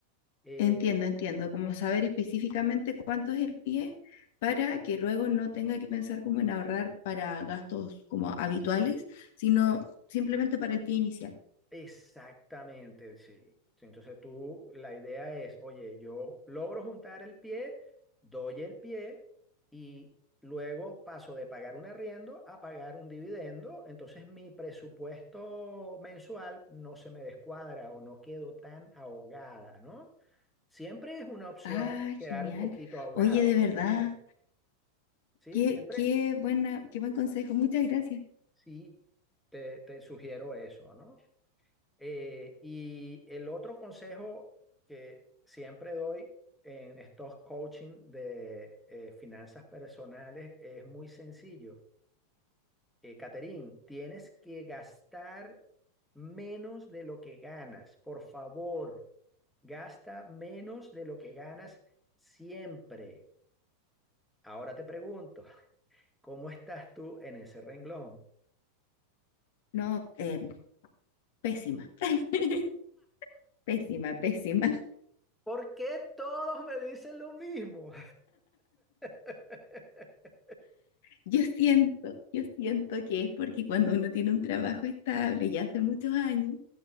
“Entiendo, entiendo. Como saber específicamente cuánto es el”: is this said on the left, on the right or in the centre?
Left